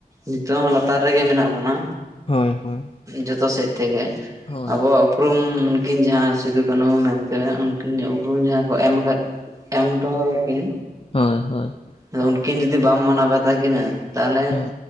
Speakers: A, on the right; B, on the left.
A: ᱱᱤᱛᱚᱜ ᱦᱚᱸ ᱞᱟᱛᱟᱨ ᱨᱮᱜᱮ ᱢᱮᱱᱟᱜ ᱵᱚᱱᱟ
B: ᱦᱳᱭ ᱦᱳᱭ
A: ᱡᱚᱛᱚ ᱥᱮᱫ ᱛᱮᱜᱮ
B: ᱦᱳᱭ
A: ᱟᱵᱚᱣᱟᱜ ᱾ ᱩᱯᱨᱩᱢ ᱩᱱᱠᱤᱱ ᱡᱟᱦᱟᱸ ᱥᱤᱫᱩᱼ ᱠᱟᱹᱱᱦᱩ ᱢᱮᱱᱛᱮ ᱩᱱᱠᱤᱱ ᱩᱯᱨᱩᱢ ᱡᱟᱦᱟᱸ ᱠᱚ ᱮᱢ ᱟᱠᱟᱫ ᱮᱢᱴᱚ <unintelligible> ᱠᱤᱱ
B: ᱦᱳᱭ ᱦᱳᱭ
A: ᱟ ᱩᱱᱠᱤᱱ ᱡᱩᱫᱤ ᱵᱟᱢ ᱢᱟᱱᱟᱣ ᱵᱟᱛᱟ ᱠᱤᱱᱟᱹ ᱛᱟᱦᱚᱞᱮ
B: ᱦᱩᱸ